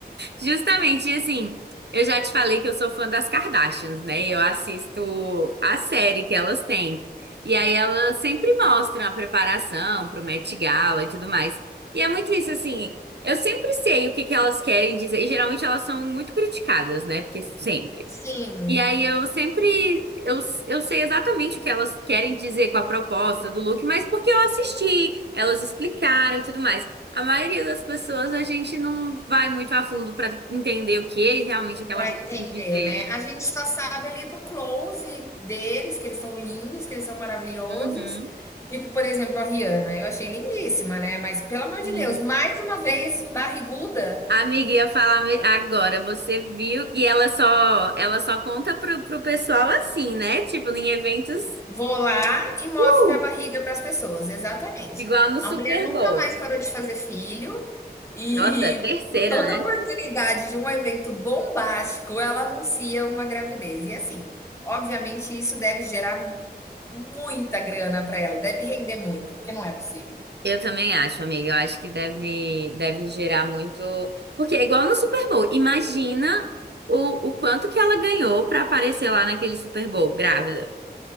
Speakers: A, on the right; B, on the left.
A: Justamente, e assim, eu já te falei que eu sou fã das Kardashians, né? Eu assisto a série que elas têm. E aí elas sempre mostram a preparação pro Met Gala e tudo mais. E é muito isso, assim, eu sempre sei o que que elas querem dizer. E geralmente elas são muito criticadas, né? Porque sempre.
B: Sim,
A: E aí eu sempre eu, eu sei exatamente o que elas querem dizer com a proposta do look, mas porque eu assisti, elas explicaram e tudo mais. A maioria das pessoas a gente não vai muito a fundo pra entender o que é realmente aquela
B: para
A: roupa
B: entender,
A: quer dizer,
B: né. A
A: né?
B: gente só sabe ali do close deles, que eles são lindos, que eles são maravilhosos.
A: Uhum.
B: Tipo, por exemplo, a Rihanna, eu achei lindíssima, né, mas pelo amor
A: Sim.
B: de Deus, mais uma vez barriguda.
A: A Amiga, ia falar me- agora, você viu? E ela só ela só conta pro, pro pessoal assim, né? Tipo, em eventos,
B: Vou lá e mostro
A: uh,
B: minha barriga para as pessoas, exatamente.
A: igual no Super
B: A mulher nunca
A: Bowl.
B: mais parou de fazer filho e
A: Nossa, terceira,
B: toda
A: né?
B: oportunidade de um evento bombástico, ela anuncia uma gravidez. E assim, obviamente isso deve gerar muita grana para ela, deve render muito, porque não é possível.
A: Eu também acho, amiga. Eu acho que deve, deve gerar muito. Porque é igual no Super Bowl. Imagina o, o quanto que ela ganhou pra aparecer lá naquele Super Bowl, grávida.